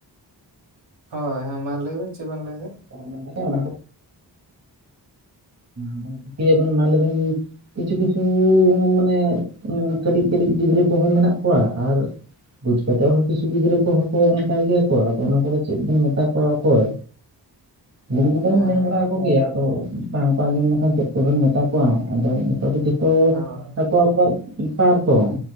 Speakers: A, on the right; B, on the right.
A: ᱦᱳᱭ ᱦᱮᱸ ᱢᱟ ᱞᱟᱹᱭᱵᱮᱱ ᱪᱮᱫ ᱵᱮᱱ ᱞᱟᱹᱭ ᱫᱟ᱾
B: <unintelligible> ᱟᱫᱚ ᱪᱤᱠᱟᱹᱭ ᱟᱵᱮᱱ ᱢᱟ ᱞᱮᱭ ᱵᱮᱱ? ᱠᱤᱪᱷᱩ ᱠᱤᱪᱷᱩ ᱢᱟᱱᱮ ᱠᱟᱹᱴᱤᱡ ᱠᱟᱹᱴᱤᱡ ᱜᱤᱫᱽᱨᱟᱹ ᱠᱚ ᱦᱚᱸ ᱢᱮᱱᱟᱜ ᱠᱚᱣᱟ ᱟᱨ ᱵᱩᱡᱽ ᱠᱟᱛᱮᱫ ᱦᱚᱸ ᱠᱤᱪᱷᱩ ᱜᱤᱫᱽᱨᱟᱹ ᱠᱚ ᱦᱚᱸ ᱠᱚ ᱚᱱᱠᱟ ᱜᱮᱭᱟ ᱠᱚ ᱟᱫᱚ ᱚᱱᱟ ᱠᱚ ᱫᱚ ᱪᱮᱫ ᱵᱮᱱ ᱢᱮᱛᱟ ᱠᱚᱣᱟ ᱚᱠᱚᱭ ᱜᱤᱫᱽᱨᱟᱹ ᱠᱚ ᱫᱚᱧ
A: ᱦᱮᱸ
B: ᱢᱮᱱ ᱵᱟᱲᱟ ᱟᱠᱚ ᱜᱮᱭᱟ ᱟᱫᱚ ᱵᱟᱝ ᱠᱚ ᱟᱸᱡᱚᱢ ᱞᱮᱠᱷᱟᱱ ᱪᱮᱫ ᱠᱚ ᱵᱮᱱ ᱢᱮᱛᱟ ᱠᱚᱣᱟ ᱟᱫᱚ ᱱᱤᱛᱚᱜ ᱫᱚ ᱛᱚ
A: ᱦᱳᱭ
B: ᱟᱠᱚ ᱟᱠᱚᱣᱟᱜ ᱵᱮᱯᱟᱨ ᱛᱚ ᱾